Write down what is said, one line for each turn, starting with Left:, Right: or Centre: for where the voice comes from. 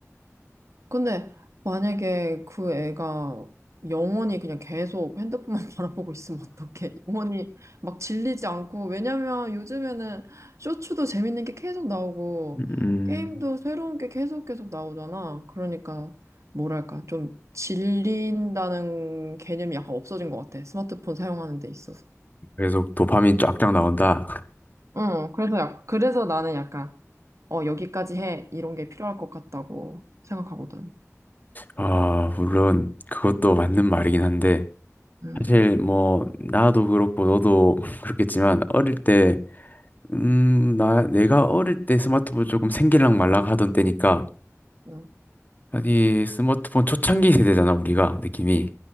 Right: 근데 만약에 그 애가 영원히 그냥 계속 핸드폰만 <laughs> 바라보고 있으면 어떡해? 영원히 막 질리지 않고, 왜냐면 요즘에는 쇼츠도 재밌는 게 계속 나오고,
Left: 음,
Right: 게임도 새로운 게 계속 계속 나오잖아. 그러니까, 뭐랄까, 좀 질린다는 개념이 약간 없어진 것 같아. 스마트폰 사용하는 데 있어서.
Left: 계속 도파민 쫙쫙 나온다.
Right: 응, 그래서 약, 그래서 나는 약간, 어, 여기까지 해. 이런 게 필요할 것 같다고 생각하거든.
Left: 아, 물론 그것도 맞는 말이긴 한데
Right: 음,
Left: 사실 뭐 나도 그렇고 너도 <laughs> 그렇겠지만 어릴 때 음, 나 내가 어릴 때 스마트폰 조금 생길랑 말랑 하던 때니까
Right: 음,
Left: 이 스마트폰 초창기 세대잖아 우리가 느낌이